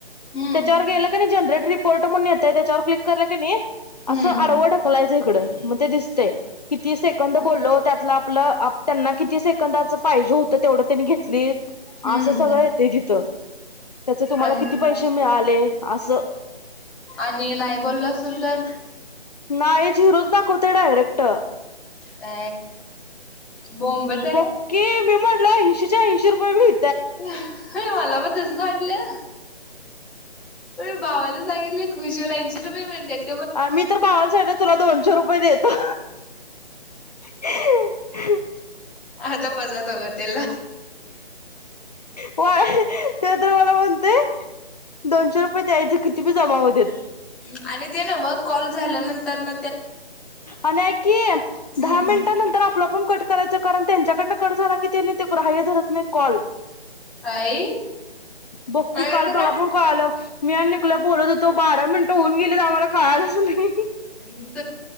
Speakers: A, in the centre; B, on the left.
A: हम्म
B: त्याच्यावर गेलं का नाही, जनरेट रिपोर्ट म्हणून येत ते त्या च्यावर क्लिक करलं की नाही.
A: हम्म
B: असं आडव ढकलाच. दे इकडं मते दिसतय. तेय किती सेकंद बोललो, त्यातलं आपलं त्यांना किती सेकंदाच पाहिजे होतं. तेवढं त्यांनी घेत क्लिप
A: हम्म
B: असं सगळं ते तिथं त्याच तुम्हाला
A: आणि
B: किती पैसे मिळाले असं.
A: आणि नाही बोलल असेल तर.
B: नाही झिरोच दाखवतय डायरेक्ट ट
A: अ बोंबच आहे
B: पके मीम ऐंशी चे ऐंशी रुपए मिळ
A: ह. हो मला वाट. तसं वाटलं मी भावाला सांगितलय खुश होऊन ऐंशी. रुपए मिळत्यात.
B: आम्ही तर भावाला सांगितले तुला दोनशे रुपये देतो. ह
A: आता मजा दोगतला.
B: व त्यो तर मला. ते. दोनशे रुपये द्यायचं किती. ते बी जमा होत्यात.
A: ह आणि ते नव मग कॉल झाल्यानंतरन.
B: आणि ऐक की
A: हम्म
B: दहा मिनिटानंतर आपला पण कट करायच कारण त्यांच्याकडनं कट झाला की ते ग्राहय धरत नाही कॉल
A: आई
B: बक्की
A: अ
B: काल मला
A: का
B: पण कळालं. मी आणि निखल्या बोलत हो तो बारा मिनटं होऊन गेले तर आम्हाला कळालच नाही.
A: हम्